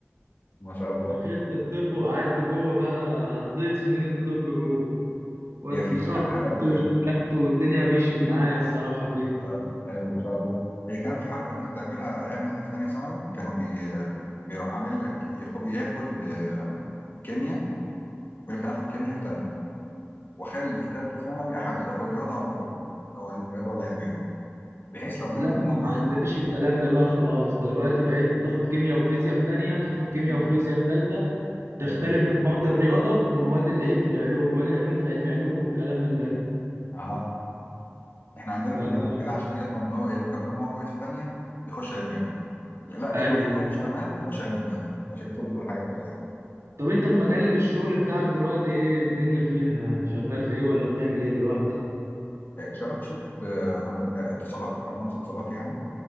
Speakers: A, on the left; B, on the right.
A: ما شاء الله
B: دخلت الطب وقعدت جوه بقى قضيت سنين الطب جوه واتخرجت
A: هي في حاجة ب...
B: واشتغلت والدنيا مشيت معايا الصراحه فيها
A: آه، حلو ما شاء الله هي كان في حركة الناس بتعملها أيام ما إحنا في تانية ثانوي كانوا بي... بيروح عامل لك ياخد, ياخد آه، كيمياء يقول لك أنا هاخد كيمياء في تانية وأخلي في تالتة ثانوي أحدد آخد رياضة ولا عقيدة اللي هو علم رياضة ولا علم علوم بحيث لو جاب
B: لا
A: مجموع
B: احنا
A: كويس
B: ما عندناش
A: في تانية ثانوي
B: الكلام ده بقى خلاص دلوقتي بقيت بتاخد كيمياء وفيزياء في تانية تاخد كيمياء
A: كله.
B: وفيزياء في تالتة تختلف
A: أيوه
B: بقى مواد الرياضه ومواد الايه العلوم مواد العلوم في علم علوم والكلام من ده
A: أه احنا عندنا
B: ف...
A: كان بيعملوا كده عشان يضمن ان هو ايه لو جاب مجموع كويس في تانية يخش علم علوم لا لا، جاب
B: ايوه
A: مجموع مش تمام يخش علم رياضه عشان يطول حاجه كويسه
B: طب انت في مجال الشغل بتاعك دلوقتي ايه الدنيا فيها يعني شغال في ايه ولا بتعمل ايه دلوقتي
A: آه، شغال في شركه آه، هند- آه، اتصالات كان مهندس اتصالات يعني